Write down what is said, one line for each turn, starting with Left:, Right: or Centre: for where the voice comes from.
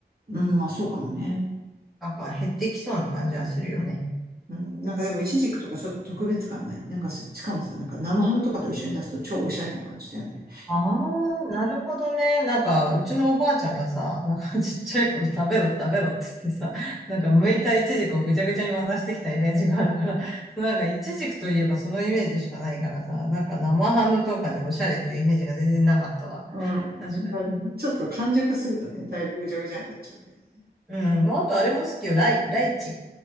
Right: うん、まあそうかもね。
Centre: なんか減ってきそうな感じはするよね。
Right: うん、なんかでもイチジクとかちょっと特別感ない。なんかししかもさ、なんか生ハムとかと一緒に出すと超おしゃれな感じだよね。
Centre: ああ、なるほどね。なんか、うちのおばあちゃんがさ、なんかちっちゃい頃食べろ食べろって言ってさ、なんか剥いたイチジクをぐちゃぐちゃに渡してきたイメージがあるから、なんかイチジクといえばそのイメージしかないからさ、なんか生ハムとかでおしゃれっていうイメージが全然なかったわ。
Right: うん。
Centre: 確かに。
Right: まあちょっと完熟するとね、だいぶぐちゃぐちゃになっちゃうけどね。
Centre: うん。まああとあれも好きよ。ライ、ライチ。